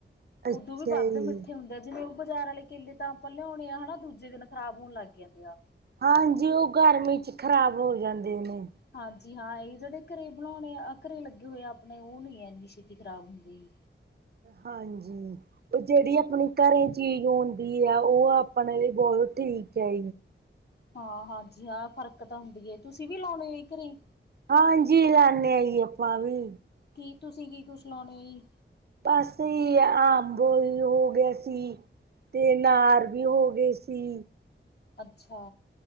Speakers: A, on the right (about 50°); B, on the left (about 50°).
A: ਅੱਛਾ
B: ਉਦੋਂ ਵੀ ਬਣਦਾ
A: ਜੀ
B: ਮਿੱਠੇ ਹੁੰਦੇ, ਜਿਵੇਂ ਬਾਜ਼ਾਰ ਵਾਲੇ ਕੇਲੇ ਤਾਂ ਆਪਾ ਲਿਓਨੇ ਆ ਹੇਣਾ, ਦੂਜੇ ਦਿਨ ਖਰਾਬ ਹੋਣ ਲੱਗ ਜਾਂਦੇ ਆ
A: ਹਾਂਜੀ ਉਹ ਗਰਮੀ ਚ ਖ਼ਰਾਬ ਹੋ ਜਾਂਦੇ ਨੇ
B: ਹਾਂਜੀ ਹਾਂ ਇਹ ਜਿਹੜੇ ਘਰੇ ਬਣਾਉਣੇ ਆ ਘਰੇ ਲੱਗੇ ਹੋਏ ਆ ਆਪਣੇ ਉਹ ਨਹੀ ਇੰਨੀ ਛੇਤੀ ਖਰਾਬ ਹੋਂਦੇ।
A: ਹਾਂਜੀ ਉਹ ਜਿਹੜੀ ਆਪਣੀ ਘਰੇ ਚੀਜ਼ ਆਉਂਦੀ ਹੈ, ਉਹ ਆਪਣੇ ਲਈ ਬਹੁਤ ਠੀਕ ਹੈ।
B: ਹਾਂ, ਹਾਂਜੀ ਹਾਂ, ਫਰਕ ਤਾਂ ਹੁੰਦੀ ਹੇ, ਤੁਸੀਂ ਵੀ ਲਾਉਣੇ ਘਰੇ।
A: ਹਾਂਜੀ, ਲਾਦੇੇ ਏਯੋ ਆਪਾਂ ਵੀ।
B: ਕੀ, ਤੁਸੀਂ, ਕੀ ਕੁਛ ਲੈਨਾ ਆ ਜੀ?
A: ਅਸੀ, ਆ ਬੋਲ ਹੋ ਗਏ ਸੀ। ਤੇ, ਅਨਾਰ ਵੀ ਹੋ ਗਏ ਸੀ।
B: ਅੱਛਾ।